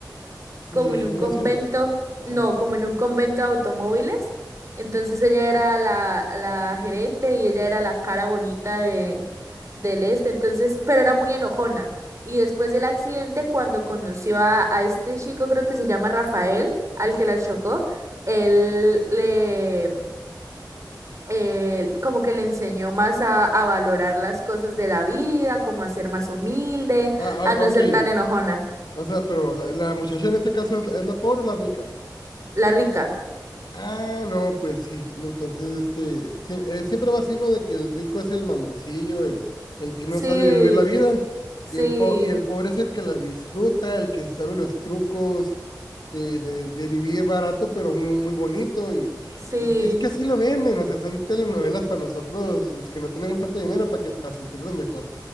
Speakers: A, on the right; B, on the left.
A: como
B: Eh,
A: en
B: gimnasio.
A: un convento,
B: Ah,
A: no, como en un convento de automóviles. Entonces ella era la, la gerente y ella era la cara bonita de, del este, entonces, pero era muy enojona. Y después del accidente, cuando conoció a, a este chico, creo que se llama Rafael, al que la chocó, él le, eh, como que le enseñó más a, a valorar las cosas de la vida, como a ser más humilde,
B: ah,
A: a no
B: ah, ok.
A: ser tan enojona,
B: O sea, pero la, la muchacha en este caso es, es la pobre o la rica.
A: la rica.
B: Ah, no, pues sí. no, Entonces, este, siem- eh, siempre va a ser uno de que el rico es el mamoncillo, el, el que no
A: Sí.
B: sabe vivir la vida,
A: Sí,
B: y el, po- y el pobre es el que la disfruta, el que se sabe los trucos de, de, de vivir barato, pero muy, muy bonito. Y
A: sí.
B: es, es que así lo venden, o sea, son telenovelas para nosotros, los que no tenemos tanto dinero, para que, para sentirnos mejor.